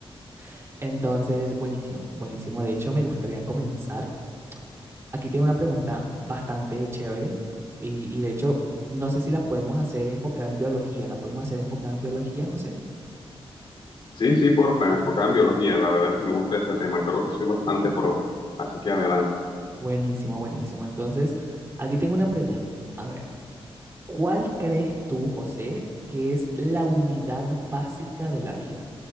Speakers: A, on the right; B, on the left.
A: <laughs> Entonces, buenísimo, buenísimo. De hecho, me gustaría comenzar. Aquí tengo una pregunta bastante chévere y, y de hecho, no sé si la podemos hacer enfocada en biología. ¿La podemos hacer enfocada en biología, José?
B: Sí, sí, porfa, enfocada en biología. La verdad es que me gusta ese tema. Creo que soy bastante pro. Así que adelante.
A: Buenísimo, buenísimo. Entonces, aquí tengo una pregunta. A ver. ¿Cuál crees tú, José, que es la unidad básica de la vida?